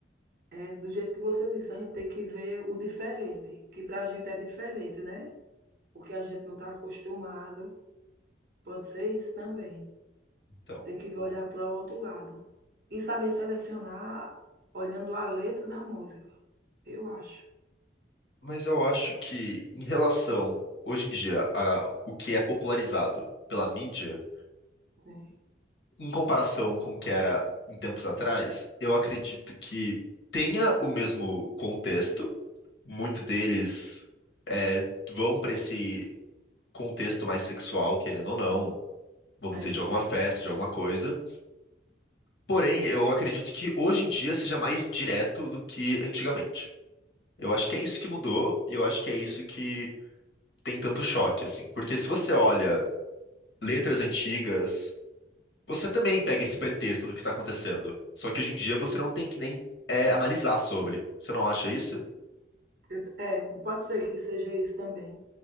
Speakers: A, on the right; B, on the left.
A: É do jeito que você disse, a gente tem que ver o diferente, que para a gente é diferente, né? O que a gente não está acostumado. Pode ser isso também.
B: Então,
A: Tem que olhar para o outro lado. E saber selecionar olhando a letra da música. Eu acho.
B: Mas eu acho que, em relação, hoje em dia, a o que é popularizado pela mídia,
A: Sim.
B: em comparação com o que era em tempos atrás, eu acredito que tenha o mesmo contexto. Muito deles vão para esse contexto mais sexual, querendo ou não, vamos
A: É.
B: dizer, de alguma festa, de alguma coisa. Porém, eu acredito que hoje em dia seja mais direto do que antigamente. Eu acho que é isso que mudou e eu acho que é isso que tem tanto choque, assim. Porque se você olha letras antigas, você também pega esse pretexto do que está acontecendo. Só que hoje em dia você não tem que nem é, analisar sobre. Você não acha isso?
A: Eu- é, pode ser que seja isso também.